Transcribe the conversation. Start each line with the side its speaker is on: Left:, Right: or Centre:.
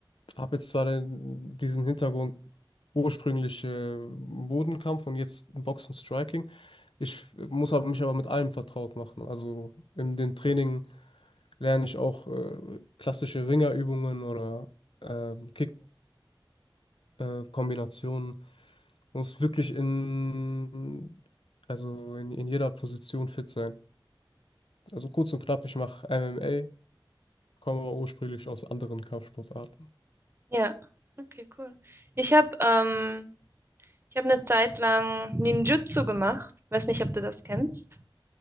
Left: habe jetzt zwar den, diesen Hintergrund ursprünglich äh, Bodenkampf und jetzt Boxen Striking. Ich muss aber mich aber mit allem vertraut machen. Also in den Training lerne ich auch äh, klassische Ringerübungen oder ähm, Kickbox-Kombinationen. Man muss wirklich in, also in, in jeder Position fit sein. Also kurz und knapp, ich mache MMA, komme aber ursprünglich aus anderen Kampfsportarten.
Right: Ja, okay, cool. Ich habe ähm, ich habe eine Zeit lang Ninjutsu gemacht. Weiß nicht, ob du das kennst.